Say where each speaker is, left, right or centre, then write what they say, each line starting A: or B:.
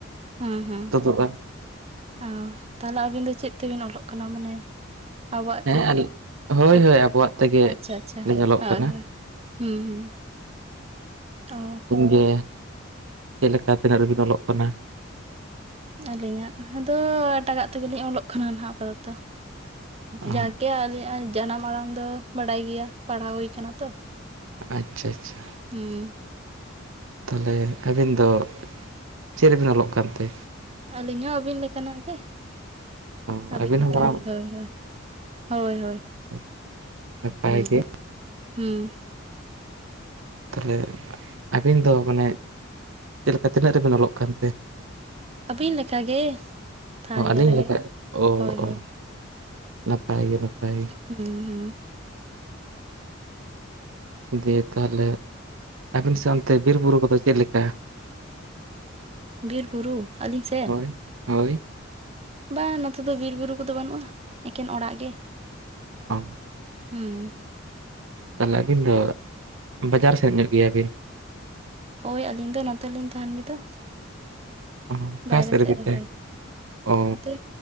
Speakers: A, on the right; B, on the right.
A: ᱦᱮᱸ ᱦᱮᱸ
B: ᱛᱩᱫᱩᱜᱼᱟ
A: ᱚ ᱛᱟᱦᱞᱮ ᱟᱹᱵᱤᱱ ᱫᱚ ᱪᱮᱫ ᱛᱮᱵᱤᱱ ᱚᱞᱚᱜ ᱠᱟᱱᱟ ᱢᱟᱱᱮ ᱟᱵᱚᱣᱟᱜ
B: ᱦᱮᱸ ᱦᱳᱭ ᱦᱳᱭ ᱟᱵᱚᱣᱟᱜ ᱛᱮᱜᱮ
A: ᱟᱪᱪᱷᱟ ᱟᱪᱪᱷᱟ
B: ᱞᱤᱧ ᱚᱞᱚᱜ
A: ᱦᱳᱭ
B: ᱠᱟᱱᱟ
A: ᱦᱳᱭ᱾ ᱦᱮᱸ ᱦᱩᱸ ᱚ᱾
B: ᱡᱮ ᱪᱮᱫ ᱞᱮᱠᱟ ᱛᱤᱱᱟᱹᱜ ᱨᱮᱵᱤᱱ ᱚᱞᱚᱜ ᱠᱟᱱᱟ?
A: ᱟᱹᱞᱤᱧᱟᱜ ᱟᱫᱚ ᱮᱴᱟᱜᱟᱜ ᱛᱮᱜᱮᱞᱤᱧ ᱚᱞᱚᱜ ᱠᱟᱱᱟ ᱱᱟᱦᱟᱜ ᱟᱯᱟ ᱛᱚᱛᱚ᱾
B: ᱚ
A: ᱡᱟᱠ ᱜᱮ ᱟᱞᱤ ᱡᱟᱱᱟᱢ ᱟᱲᱟᱝ ᱫᱚ ᱵᱟᱰᱟᱭ ᱜᱮᱭᱟ ᱯᱟᱲᱦᱟᱣ ᱦᱩᱭ ᱠᱟᱱᱟ ᱛᱚ᱾
B: ᱟᱪᱪᱷᱟ ᱟᱪᱪᱷᱟ᱾
A: ᱦᱩᱸ᱾
B: ᱛᱟᱦᱚᱞᱮ ᱟᱹᱵᱤᱱ ᱫᱚ ᱪᱮᱫ ᱨᱮᱵᱮᱱ ᱚᱞᱚᱜ ᱠᱟᱱ ᱛᱮ?
A: ᱟᱹᱞᱤᱧ ᱦᱚᱸ ᱟᱹᱵᱤᱱ ᱞᱮᱠᱟᱱᱟᱜ ᱜᱮ᱾
B: ᱚ
A: ᱟᱹᱵᱤᱱ ᱞᱮᱠᱟᱜᱮ
B: ᱦᱚᱸ ᱢᱟᱨᱟᱝ
A: ᱦᱳᱭ ᱦᱳᱭ ᱦᱳᱭ ᱦᱳᱭ᱾
B: <inaudible>
A: ᱦᱩᱸ
B: ᱜᱮ
A: ᱦᱩᱸ᱾
B: ᱛᱟᱦᱚᱞᱮ ᱟᱹᱵᱤᱱ ᱫᱚ ᱢᱟᱱᱮ ᱪᱮᱫ ᱞᱮᱠᱟ ᱛᱤᱱᱟᱹᱜ ᱨᱮᱵᱤᱱ ᱚᱞᱚᱜ ᱠᱟᱱᱛᱮ?
A: ᱟᱹᱵᱤᱱ ᱞᱮᱠᱟᱜᱮ ᱛᱷᱟᱲ
B: ᱚ ᱟᱞᱤᱧ
A: ᱤᱭᱟᱨ ᱨᱮ
B: ᱞᱮᱠᱷᱟᱱ ᱚ
A: ᱦᱳᱭ
B: ᱚ᱾
A: ᱦᱳᱭ
B: ᱱᱟᱯᱟᱭ ᱜᱮ ᱱᱟᱯᱟᱭ ᱜᱮ᱾
A: ᱦᱩᱸ᱾ ᱦᱩᱸ
B: ᱫᱤᱭᱮ ᱛᱟᱦᱚᱞᱮ, ᱟᱵᱤᱱ ᱥᱮᱱ ᱚᱱᱛᱮ ᱵᱤᱨ ᱵᱩᱨᱩ ᱠᱚᱫᱚ ᱪᱮᱫ ᱞᱮᱠᱟ?
A: ᱵᱤᱨ ᱵᱩᱨᱩ ᱟᱹᱞᱤᱧ ᱥᱮᱫ
B: ᱦᱳᱭ ᱦᱳᱭ
A: ᱵᱟᱝ ᱱᱚᱛᱮ ᱫᱚ ᱵᱤᱨ ᱵᱩᱨᱩ ᱠᱚᱫᱚ ᱵᱟᱹᱱᱩᱜᱼᱟ᱾ ᱮᱠᱮᱱ ᱚᱲᱟᱜ ᱜᱮ
B: ᱚ
A: ᱦᱩᱸ
B: ᱛᱟᱦᱚᱞᱮ ᱟᱹᱵᱤᱱ ᱫᱚ ᱵᱟᱡᱟᱨ ᱥᱮᱫ ᱧᱚᱜ ᱜᱮᱭᱟᱵᱤᱱ
A: ᱳᱭ ᱟᱹᱞᱤᱧ ᱫᱚ ᱱᱚᱛᱮ ᱞᱤᱧ ᱛᱟᱦᱮᱱ ᱜᱮᱫᱚ
B: ᱚ ᱚᱠᱟ
A: ᱵᱟᱭᱨᱮ
B: ᱨᱮᱵᱤᱱ
A: ᱥᱮᱫ ᱨᱮ
B: ᱛᱟᱦᱮᱸ
A: ᱜᱮ
B: ᱚ
A: ᱱᱚᱛᱮ